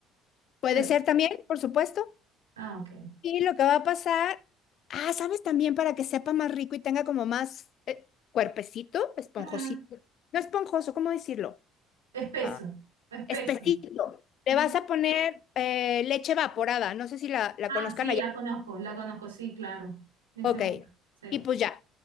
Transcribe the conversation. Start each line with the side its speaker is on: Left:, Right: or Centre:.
Left: Puede
Right: se-
Left: ser también, por supuesto.
Right: Ah, ok.
Left: Y lo que va a pasar, ah, ¿sabes también para que sepa más rico y tenga como más eh, cuerpecito, esponjosito?
Right: Ujú.
Left: No esponjoso, ¿cómo decirlo?
Right: Espeso,
Left: Ah,
Right: espeso.
Left: espesito. Le
Right: Ujú.
Left: vas a poner eh, leche evaporada, no sé si la, la
Right: Ah,
Left: conozcan
Right: sí,
Left: allá.
Right: la conozco, la conozco, sí, claro. De
Left: Ok,
Right: hecho, sí.
Left: y pues ya.